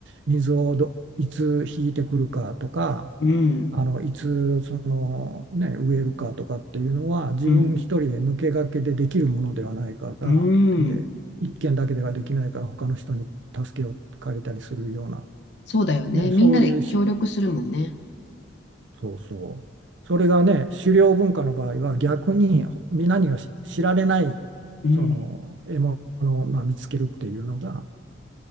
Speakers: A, on the right; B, on the left.
A: 水をどいつ引いてくるかとか
B: うん。
A: あのいつその、ね、植えるかとかっていうのは自分一人で抜け駆けでできるものではないからで一軒だけではできないから他の人に助けを借りたりするような、
B: うん。うん。そうだよね。
A: ね、
B: みんなで協力するもんね。
A: そういうしそうそうそれがね狩猟文化の場合は逆に皆には知知られないその獲物を、
B: うん。
A: まあ、見つけるっていうのが